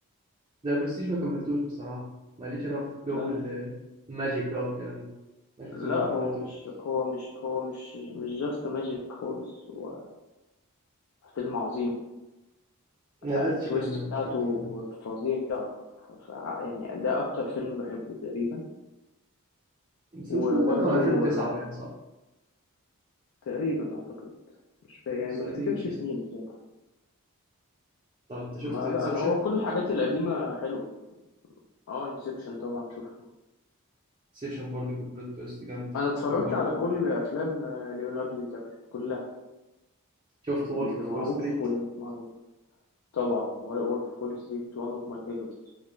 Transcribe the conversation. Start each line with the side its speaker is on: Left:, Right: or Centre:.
Right: ذا برستيج ما كملتوش بصراحه ماليش انا في جو
Left: لأن-
Right: ال- الماجيك بقى والكلام ده ما
Left: لا
Right: شفتوش ما
Left: هو
Right: كملتوش
Left: مش هو مش هو مش مش جاست ماجيك خالص هو فيلم عظيم
Right: ما قدرتش
Left: آه، التويست
Right: اكمل
Left: بتاعته
Right: مش عارف ليه
Left: فظيعة ف- يعني ده أكتر فيلم بحبه تقريبا
Right: بس
Left: وبرضو
Right: مش كده بقى هو 2009
Left: آه،
Right: باين صح
Left: تقريبا أعتقد مش فا...
Right: فتحسه
Left: يعني بفتكرش
Right: قديم كده
Left: سنين بصراحة
Right: طب انت شفت
Left: ما
Right: انسبشن
Left: لا أنا هو كل الحاجات القديمة حلوة اه انسبشن طبعا شفته
Right: انسبشن برضه كان بلوت تويست جامده
Left: أنا اتفرجت
Right: وبرضه
Left: على كل أفلام آه، ليوناردو دي كابري كلها
Right: شفت وولف
Left: اللي
Right: اوف
Left: معروف
Right: وول ستريت
Left: واللي مش معروف طبعا وولف وول ستريت وان اوف ماي فيفورتس